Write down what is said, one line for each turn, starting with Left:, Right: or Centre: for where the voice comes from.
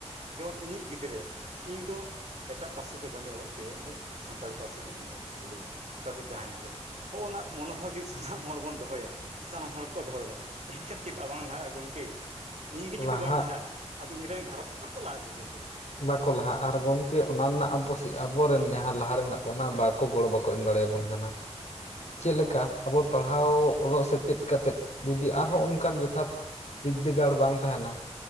Right: ᱡᱮᱢᱚᱱ ᱤᱧᱤᱡ ᱜᱤᱫᱽᱨᱟᱹ ᱤᱧ ᱫᱚ ᱮᱴᱟᱜ ᱯᱟᱹᱨᱥᱤ ᱛᱮ ᱵᱟᱹᱧ ᱚᱞ ᱦᱚᱪᱚᱭᱟ ᱤᱧ ᱫᱚ ᱥᱟᱱᱛᱟᱲᱤ ᱯᱟᱹᱨᱥᱤ ᱛᱤᱜᱤᱧ ᱠᱩᱞᱮᱭᱟ ᱛᱟᱛᱮ ᱡᱟᱸᱦᱟᱭᱮᱱ ᱜᱮ ᱦᱚᱸᱜᱼᱱᱟ ᱢᱚᱱᱳᱵᱷᱟᱵᱽ ᱡᱩᱫᱤ ᱥᱟᱱᱟᱢ ᱦᱚᱲ ᱵᱚᱱ ᱫᱚᱦᱚᱭᱟ ᱥᱟᱱᱟᱢ ᱦᱚᱲ ᱠᱚ ᱫᱚᱦᱚᱭᱟ ᱮᱱᱠᱷᱟᱱ ᱪᱮᱫᱟᱜ ᱵᱟᱝ ᱞᱟᱦᱟᱜᱼᱟ ᱜᱚᱝᱠᱮ ᱤᱧ ᱜᱮ
Left: ᱞᱟᱦᱟᱜ
Right: ᱡᱩᱫᱤ ᱵᱟᱹᱧ ᱞᱟᱦᱟᱜᱼᱟ ᱟᱫᱚ ᱤᱧ ᱨᱮᱱ ᱜᱷᱟᱨᱚᱸᱡᱽ ᱨᱮ <inaudible> ᱞᱟᱦᱟᱜᱼᱟ ᱪᱤᱠᱟᱹ ᱛᱮ
Left: ᱵᱟᱠᱚ ᱞᱟᱦᱟᱼᱟ ᱟᱨ ᱜᱚᱢᱠᱮ ᱚᱱᱟ ᱨᱮᱱᱟᱜ ᱟᱵᱚ ᱟᱵᱚᱨᱮᱱ ᱡᱟᱦᱟᱸ ᱞᱟᱦᱟ ᱨᱮᱱᱟᱜ ᱠᱚ ᱚᱱᱟ ᱵᱟᱠᱚ ᱜᱚᱲᱚ ᱵᱟ ᱮᱢ ᱫᱟᱲᱮ ᱟᱵᱚᱱ ᱠᱟᱱᱟ ᱪᱮᱫ
Right: ᱦᱳᱭ
Left: ᱞᱮᱠᱟ ᱟᱵᱚ ᱯᱟᱲᱦᱟᱣ ᱚᱜ ᱥᱮᱪᱮᱫ ᱠᱟᱛᱮᱫ ᱡᱩᱫᱤ ᱟᱨᱦᱚᱸ ᱚᱱᱠᱟᱱ ᱡᱚᱛᱷᱟᱛ ᱵᱤᱫᱽᱫᱟᱹᱜᱟᱲ ᱵᱟᱝ ᱛᱟᱸᱦᱮᱱᱟ